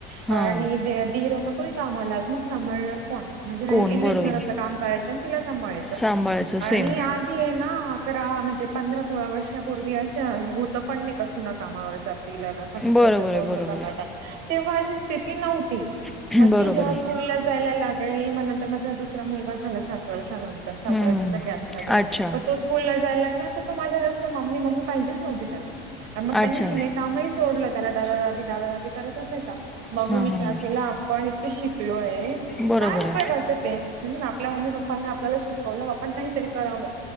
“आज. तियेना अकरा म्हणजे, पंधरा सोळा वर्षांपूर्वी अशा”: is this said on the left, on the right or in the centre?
Right